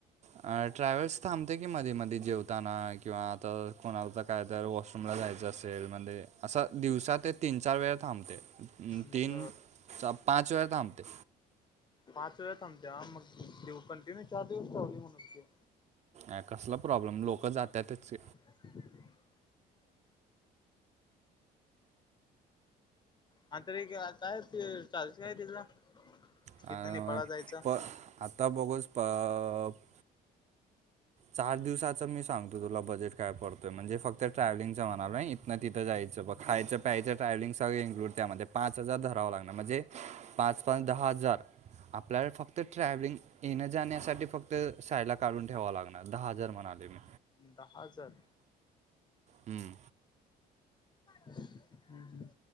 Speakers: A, on the right; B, on the left.
A: अ ट्रॅव्हल्स थांबते की मध्ये मध्ये जेवताना किंवा तर कोणाला तर काय तर वॉशरूमला जायचं असं रेल मध्ये असा दिवसा ते तीन चार वेळ थांबते
B: मग
A: तीन चार पाचं वेळा थांबते.
B: पाच वेळा थांबते हा मग दिव कन्टिन्यू चार दिवस ट्रॅवेलिंग होणार की
A: अ कसला प्रॉब्लेम लोक जातातच.
B: कसं ना हाय हा तर एक काय ते चार्जस काय त्याचा
A: अ,
B: हितंन नेपाळला जायचा?
A: प आता बगोस प अह चार दिवसाचं मी सांगतो तुला बजेट काय पडतोय म्हणजे फक्त ट्रॅव्हलिंगचा म्हणालोय. ना तिथं जायचं ब खायं प्यायचं ट्रॅव्हलिंग सगळे इन्क्लूड त्यामध्ये पाच हजार धरावं लागणार म्हणजे पाच पाचं दहा हजार आपल्याला फक्त ट्रॅव्हलिंग येण्याजाण्यासाठी फक्त साइडला काढून ठेवाव लागणार. अह दहा हजार म्हणालो मी
B: दहा हजार
A: हम्म.
B: हम्म हम्म.